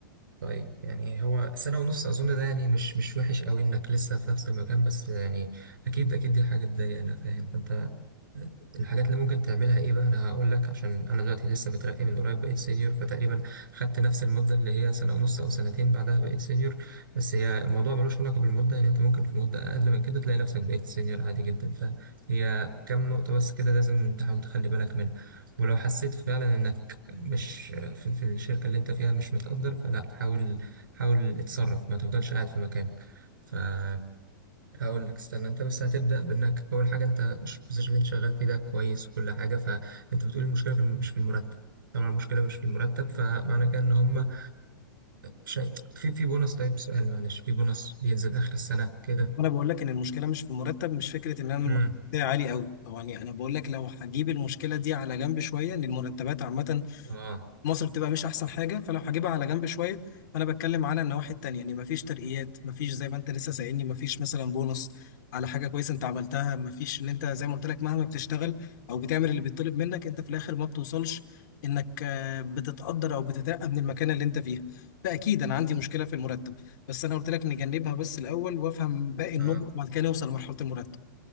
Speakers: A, on the right; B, on the left.
A: طيب يعني هو سنة ونص أظن ده يعني مش مش وحش أوي إنك لسه في نفس المكان بس يعني أكيد أكيد دي حاجة تضايق أنا فاهم فأنت آه، الحاجات اللي ممكن تعملها إيه بقى أنا هقول لك عشان أنا دلوقتي لسه مترقي من قريب بقيت سينيور فتقريبا خدت نفس المدة اللي هي سنة ونص أو سنتين بعدها بقيت سينيور بس هي الموضوع ملوش علاقة بالمدة يعني أنت ممكن في مدة أقل من كده تلاقي نفسك بقيت سينيور عادي جدا فهي كام نقطة بس كده لازم تحاول تخلي بالك منها ولو حسيت فعلا انك مش في في الشركة اللي انت فيها مش متقدر فلا حاول حاول اتصرف ما تفضلش قاعد في مكانك فهقول لك استنى انت بس هتبدأ بانك اول حاجة انت البوزيشن اللي انت شغال فيه ده كويس وكل حاجة فانت بتقول المشكلة في الم- مش في المرتب طبعا المشكلة مش في المرتب فمعنى كده ان هم شيء في في بونص طيب سؤال معلش في بونص بينزل اخر السنة كده
B: انا بقول لك ان المشكله مش في المرتب مش فكره ان انا المرتب
A: امم
B: بتاعي عالي قوي هو يعني انا بقول لك لو هجيب المشكله دي على جنب شويه ان المرتبات عامه
A: اه
B: مصر بتبقى مش احسن حاجه فلو هجيبها على جنب شويه فانا بتكلم على النواحي التانيه يعني مفيش ترقيات مفيش زي ما انت لسه سائلني مفيش مثلا بونص على حاجه كويسه انت عملتها مفيش ان انت زي ما قلت لك مهما بتشتغل او بتعمل اللي بيطلب منك انت في الاخر ما بتوصلش انك آه، بتتقدر او بتترقى من المكان اللي انت فيه فاكيد انا عندي مشكله في المرتب بس انا قلت لك نجنبها بس الاول وافهم باقي النقط
A: اه
B: وبعد كده نوصل لمرحله المرتب